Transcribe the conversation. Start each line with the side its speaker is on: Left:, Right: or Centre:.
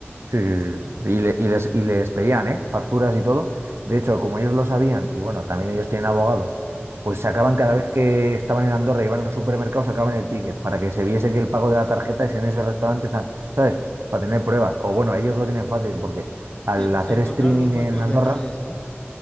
Right: Sí, sí, sí. sí. Y, le- y les, y les pedían, ¿eh? Facturas y todo. De hecho, como ellos lo sabían, y
Left: Madre.
Right: bueno, también ellos tienen abogados, pues
Left: Ujú.
Right: sacaban cada vez que estaban en Andorra y iban al supermercado, sacaban el ticket para que se viese que el pago de la tarjeta es en ese restaurante y tal, ¿sabes? Para tener pruebas. O bueno, ellos lo tienen fácil porque al
Left: Sí, pues
Right: hacer
Left: encontrar
Right: streaming
Left: los huecos
Right: en Andorra,
Left: legales, ¿no?